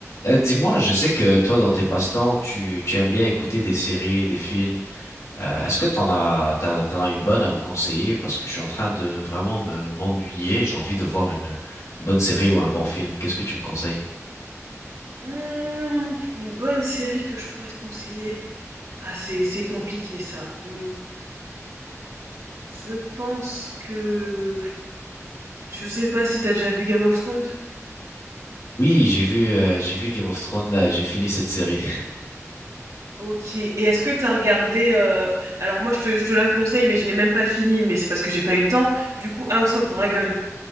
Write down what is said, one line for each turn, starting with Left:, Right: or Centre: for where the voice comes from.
Left: Euh, dis-moi, je sais que toi, dans tes passe-temps, tu, tu aimes bien écouter des séries, des films. Euh, est-ce que t'en as, t'en, t'en as une bonne à me conseiller? Parce que je suis en train de vraiment me, m'ennuyer. J'ai envie de voir une, bonne série ou un bon film. Qu'est-ce que tu me conseilles?
Right: Mmh, une bonne série que je pourrais te conseiller. Ah, c'est c'est compliqué ça. Mmh, je pense que je sais pas si t'as déjà vu Game of Thrones.
Left: Oui, j'ai vu, euh, j'ai vu Game of Thrones. euh, j'ai fini cette série.
Right: Ok. Et est-ce que t'as regardé euh, Alors moi je te, je te la conseille, mais je l'ai même pas fini, mais c'est parce que j'ai pas eu le temps. Du coup House of Dragon.